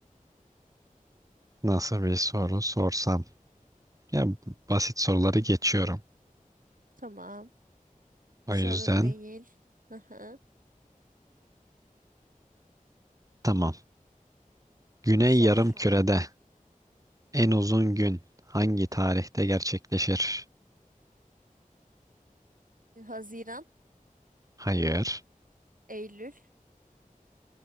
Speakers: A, on the right (about 25°); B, on the right (about 70°).
A: Nasıl bir soru sorsam? Ya basit soruları geçiyorum.
B: Tamam.
A: O
B: Sorun
A: yüzden
B: değil. Hı hı.
A: tamam. Güney
B: Sor.
A: Yarımküre'de en uzun gün hangi tarihte gerçekleşir?
B: Haziran,
A: Hayır.
B: Eylül.